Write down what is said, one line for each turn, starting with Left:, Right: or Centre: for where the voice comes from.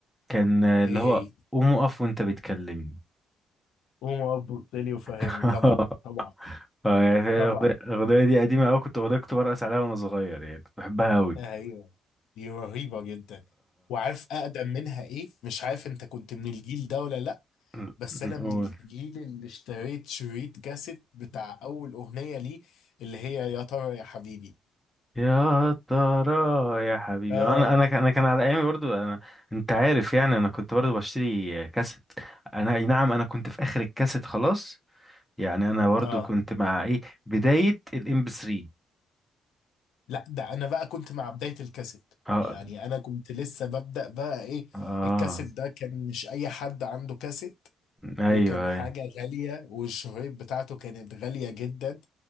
Centre: كان آه، اللي
Left: ايه
Centre: هو
Left: هي
Centre: قوم اقف وانت بتكلمني
Left: قوم ابو لي وفهمني
Centre: <laughs>
Left: طبعا طبعا
Centre: اه يعني الأغنية
Left: طبعا
Centre: الأغنية دي قديمة أوي كنت أغنية كنت برقص عليها وأنا صغير يعني كنت بحبها أوي
Left: ايوه دي رهيبه جدا وعارف اقدم منها ايه مش عارف انت كنت من الجيل ده ولا لا
Centre: اه
Left: بس انا من الجيل اللي اشتريت شريط كاسيت بتاع اول اغنيه ليه اللي هي يا ترى يا حبيبي
Centre: يا ترى يا حبيبي
Left: اه
Centre: انا انا ك- انا كان على ايامي برضو انا انت عارف يعني انا كنت برضو بشتري كاسيت انا اي نعم انا كنت في اخر الكاسيت خلاص يعني انا برضو
Left: اه
Centre: كنت مع ايه بداية الام بي 3
Left: لا ده انا بقى كنت مع بدايه الكاسيت
Centre: اه
Left: يعني انا كنت لسه ببدأ بقى ايه
Centre: اه
Left: الكاسيت ده كان مش اي حد عنده كاسيت
Centre: ايوه
Left: وكان حاجة
Centre: ايوه
Left: غالية والشهيب بتاعته كانت غالية جدا